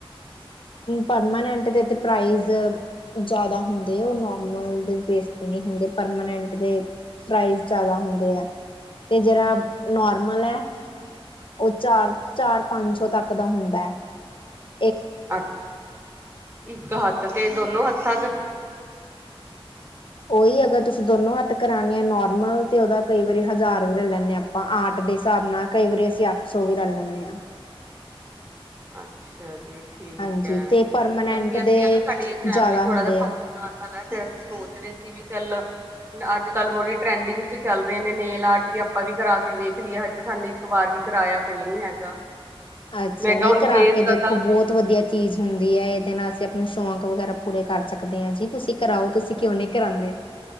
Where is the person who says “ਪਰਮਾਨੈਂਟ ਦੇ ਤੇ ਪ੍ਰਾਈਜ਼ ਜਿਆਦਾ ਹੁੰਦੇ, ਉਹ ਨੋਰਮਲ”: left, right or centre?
Left